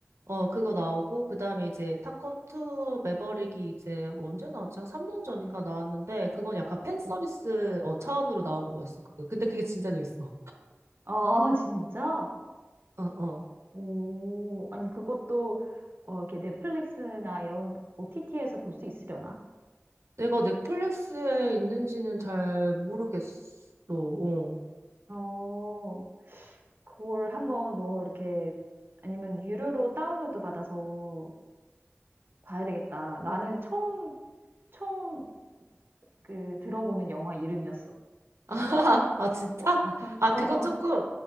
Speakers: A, on the right; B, on the right.
A: 어, 그거 나오고, 그 다음에 이제 탑건 2 매버릭이 이제 언제 나왔지? 한 3년 전인가 나왔는데, 그건 약간 팬 서비스
B: 어.
A: 어, 차원으로 나온 거였어. 그거. 근데 그게 진짜 재밌어.
B: 아, 진짜?
A: 어, 어.
B: 오. 아니 그것도 어 이렇게 넷플릭스나 이런 OTT에서 볼 수 있으려나?
A: 내가 넷플릭스에 있는지는 잘 모르겠어. 어.
B: 어. 그걸 한번 뭐 이렇게 아니면 유료로 다운로드 받아서 봐야 되겠다. 나는 처음 처음 그 들어보는 영화 이름이었어.
A: <laughs> 아, 진짜?
B: <laughs>
A: 아, 그거
B: 어.
A: 조금,